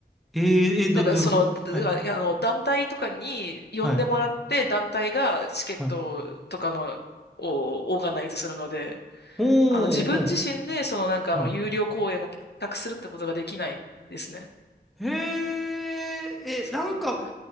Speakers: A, in the centre; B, on the left.
A: えー、え、ど、
B: だからその、
A: どういうことはい。
B: だだからあの、団体とかに呼んでもらって、
A: はい。
B: 団体がチケットとかの、
A: はい。
B: をオーガナイズするので、
A: ほう、
B: あの、自分自身で、
A: ほう。
B: そのなんかあの、
A: は
B: 有料公演を企画するってことができないんですね。
A: い。へえ、
B: そう、
A: え、なんか、
B: <laughs>